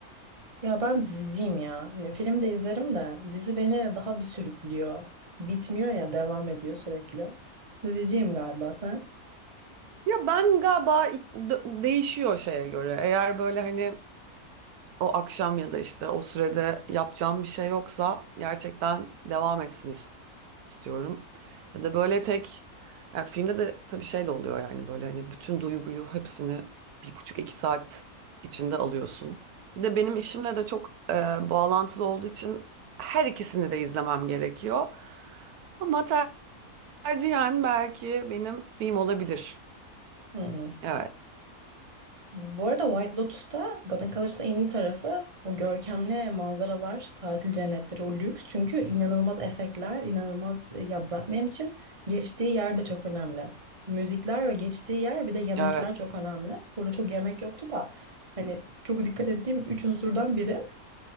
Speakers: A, on the right (about 25°); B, on the right (about 80°).
A: Ya ben diziciyim ya. Hani film de izlerim de dizi beni daha bir sürüklüyor. Bitmiyor ya devam ediyor sürekli. Diziciyim galiba sen.
B: Ya ben galiba d- değişiyor şeye göre. Eğer böyle hani o akşam ya da işte o sürede yapacağım bir şey yoksa gerçekten devam etsin is- istiyorum. Ya da böyle tek ya filmde de tabii şey de oluyor yani böyle hani bütün duyguyu hepsini bir buçuk iki saat içinde alıyorsun. Bir de benim işimle de çok e, bağlantılı olduğu için her ikisini de izlemem gerekiyor. Ama tercihen belki benim film olabilir.
A: Hı.
B: Evet,
A: Bu arada White Lotus'ta bana kalırsa en iyi tarafı o görkemli manzaralar, tatil cennetleri, o lüks. Çünkü inanılmaz efektler, inanılmaz e, ya ben- benim için geçtiği yer de çok önemli. Müzikler ve geçtiği yer bir de yemekler
B: evet.
A: çok önemli. Burada çok yemek yoktu da hani çok dikkat ettiğim üç unsurdan biri.